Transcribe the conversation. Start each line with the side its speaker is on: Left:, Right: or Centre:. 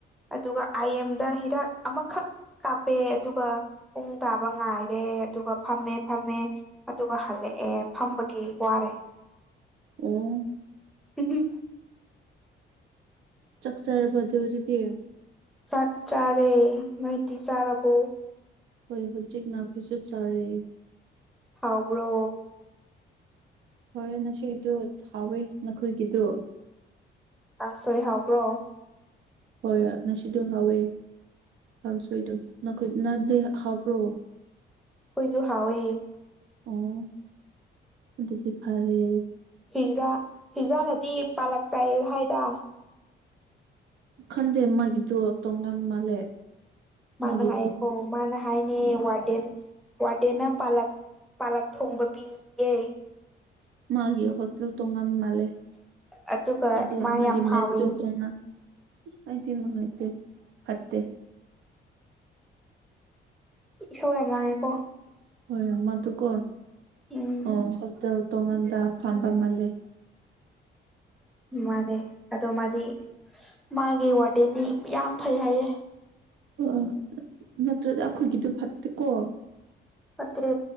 Centre: ꯑꯗꯨꯒ ꯑꯥꯏ ꯑꯦꯝꯗ ꯍꯤꯗꯥꯛ ꯑꯃꯈꯛ ꯀꯥꯞꯄꯦ ꯑꯗꯨꯒ ꯄꯨꯡ ꯇꯥꯕ ꯉꯥꯏꯔꯦ ꯑꯗꯨꯒ ꯐꯝꯃꯦ ꯐꯝꯃꯦ ꯑꯗꯨꯒ ꯍꯜꯂꯛꯑꯦ ꯐꯝꯕꯒꯤ ꯋꯥꯔꯦ
Right: ꯑꯣ
Centre: ꯍꯨꯝꯍꯨ
Right: ꯆꯥꯛ ꯆꯔꯕ ꯑꯗꯨ ꯑꯣꯏꯔꯥꯗꯤ
Centre: ꯆꯥꯛ ꯆꯥꯔꯦ ꯅꯣꯏꯗꯤ ꯆꯥꯔꯕꯣ
Right: ꯍꯣꯏ ꯍꯧꯖꯤꯛꯅ ꯈꯣꯏꯁꯨ ꯆꯥꯔꯦ
Centre: ꯍꯥꯎꯕ꯭ꯔꯣ
Right: ꯍꯣꯏ ꯉꯁꯤꯗꯨ ꯊꯥꯎꯋꯦ ꯅꯈꯣꯏꯒꯤꯗꯨ
Centre: ꯀꯪꯁꯣꯏ ꯍꯥꯎꯕ꯭ꯔꯣ
Right: ꯍꯣꯏ ꯉꯁꯤꯗꯣ ꯍꯥꯎꯋꯦ ꯀꯥꯡꯁꯣꯏꯗꯣ ꯅꯈꯣꯏ ꯅꯪꯗꯤ ꯑꯥ ꯍꯥꯎꯕ꯭ꯔꯣ
Centre: ꯑꯩꯈꯣꯏꯁꯨ ꯍꯥꯎꯋꯦ
Right: ꯑꯣ ꯑꯗꯨꯗꯤ ꯐꯔꯦ
Centre: ꯍꯤꯔꯖꯥ ꯍꯤꯔꯖꯥꯅꯗꯤ ꯄꯥꯂꯛ ꯆꯥꯏ ꯍꯥꯏꯗ
Right: ꯈꯟꯗꯦ ꯃꯥꯒꯤꯗꯣ ꯇꯣꯉꯥꯟ ꯃꯥꯜꯂꯦ
Centre: ꯃꯥꯅ
Right: ꯃꯥꯒꯤ
Centre: ꯍꯥꯏꯌꯦꯀꯣ ꯃꯥꯅ ꯍꯥꯏꯅꯦ ꯋꯥꯔꯗꯦꯟ ꯋꯥꯔꯗꯦꯟꯅ ꯄꯥꯂꯛ ꯄꯥꯂꯛ ꯊꯣꯡꯕ ꯄꯤ--ꯌꯦ
Right: ꯃꯥꯒꯤ ꯍꯣꯁꯇꯦꯜ ꯇꯣꯡꯉꯥꯟ ꯃꯥꯂꯦ
Centre: ꯑꯗꯨꯒ
Right: ꯑꯗꯣ
Centre: ꯃꯥ
Right: ꯃꯥꯒꯤ
Centre: ꯌꯥꯝ ꯍꯥꯎꯋꯦ
Right: ꯃꯦꯁꯇꯣ ꯇꯣꯉꯟ ꯑꯩꯗꯤ ꯅꯨꯉꯥꯏꯇꯦ ꯐꯠꯇꯦ
Centre: ꯏꯁꯧ ꯌꯥꯝ ꯂꯥꯡꯉꯦꯀꯣ
Right: ꯍꯣꯏ ꯃꯗꯨꯀꯣ
Centre: ꯎꯝ
Right: ꯑꯣ ꯍꯣꯁꯇꯦꯜ ꯇꯣꯉꯥꯟꯗ ꯐꯝꯕ ꯃꯥꯜꯂꯦ
Centre: ꯃꯥꯅꯦ ꯑꯗꯣ ꯃꯥꯗꯤ ꯃꯥꯒꯤ ꯋꯥꯔꯗꯦꯟꯗꯤ ꯃꯌꯥꯝ ꯐꯩ ꯍꯥꯏꯌꯦ
Right: ꯑ ꯅꯠꯇ꯭ꯔꯗꯤ ꯑꯩꯈꯣꯏꯒꯤꯗꯨ ꯐꯠꯇꯦꯀꯣ
Centre: ꯐꯠꯇ꯭ꯔꯦ